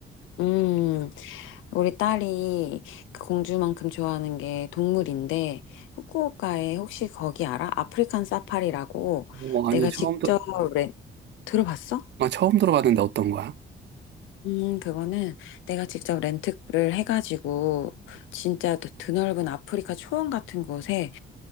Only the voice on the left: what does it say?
음, 우리 딸이 그 공주만큼 좋아하는 게 동물인데, 후쿠오카에 혹시 거기 알아? 아프리칸 사파리라고
내가
직접,
렌- 들어봤어?
음, 그거는 내가 직접 렌트를 해가지고 진짜 드- 드넓은 아프리카 초원 같은 곳에